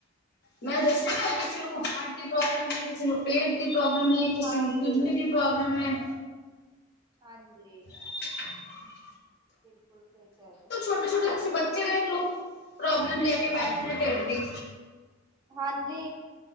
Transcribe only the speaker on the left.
ਮੈਂ ਦੱਸਿਆ ਨਾ ਕਿਸੇ ਨੂੰ ਹਾਰਟ ਦੀ ਪ੍ਰੋਬਲਮ ਐ ਕਿਸੇ ਨੂੰ ਪੇਟ ਦੀ ਪ੍ਰੋਬਲਮ ਐ। ਕਿਸੀ
ਨੂੰ ਕਿਡਨੀ ਦੀ ਪ੍ਰੌਬਲਮ ਐ।
<inaudible>
ਛੋਟੇ-ਛੋਟੇ ਤੁਸੀ ਬੱਚੇ ਦੇਖ ਲੋ, ਪ੍ਰੋਬਲਮ ਲੈ ਕੇ ਬੈਠੇ
ਨੇ ਢਿੱਡ ਦੀ